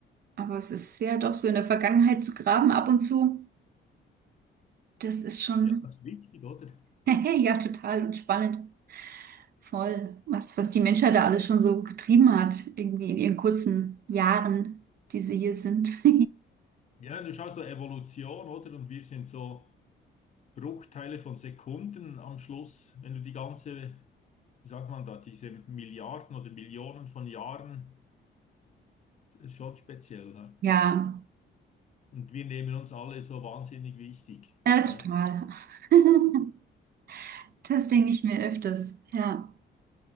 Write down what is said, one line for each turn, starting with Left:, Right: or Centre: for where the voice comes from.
Right: Aber es ist ja doch so in der Vergangenheit zu graben ab und zu. Das ist schon,
Left: Ja, das ist wichtig, oder?
Right: <laughs> ja, total und spannend. Voll. Was, was die Menschheit da alles schon so getrieben hat, irgendwie in ihren kurzen Jahren, die sie hier sind. <laughs>
Left: Ja, du schaust so Evolution, oder? Und wir sind so. Bruchteile von Sekunden am Schluss, wenn du die ganze, wie sagt man da, diese Milliarden oder Millionen von Jahren, das ist schon speziell. hä?
Right: Ja.
Left: Und wir nehmen uns alle so wahnsinnig wichtig.
Right: Ja, total.
Left: hä?
Right: <laughs> Das denke ich mir öfters. Ja,